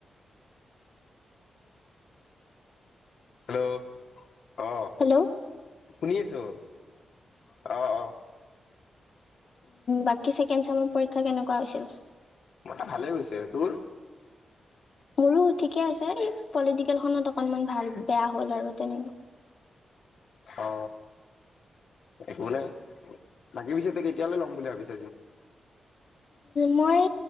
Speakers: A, on the left; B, on the left.
A: হেল্ল' আহ
B: হেল্ল'
A: শুনি আছো আহ অ'।
B: বাকী ছেকেণ্ড চেমৰ পৰীক্ষা কেনেকুৱা হৈছিল?
A: মই ভালে গৈছে, তোৰ?
B: মোৰো ঠিকেই আছে এই পলিটিকেলখনত অকনমান ভাল বেয়া হ'ল আৰু তেনেকে। <inaudible> <inaudible>
A: অ একো নাই, আগে-পিছে তই কেতিয়ালৈ ল'ম বুলি ভাবিছ?
B: মই